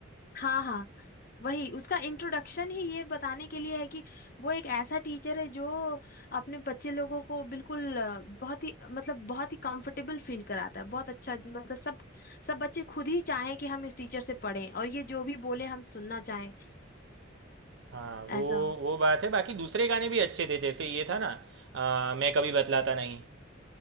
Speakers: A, on the left (about 45°); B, on the right (about 65°).
A: हाँ हाँ वही उसका इंट्रोडक्शन ही ये बताने के लिए है कि वो एक ऐसा टीचर है जो अपने बच्चे लोगों को बिल्कुल अ, बहुत ही मतलब बहुत ही कंफर्टेबल फील कराता है बहुत अच्छा मतलब सब सब बच्चे खुद ही चाहें कि हम इस टीचर से पढ़ें और ये जो भी बोले हम सुनना चाहें
B: हाँ वो
A: ऐसा
B: वो बात है बाकी दूसरे गाने भी अच्छे थे जैसे ये था ना आ, मैं कभी बतलाता नहीं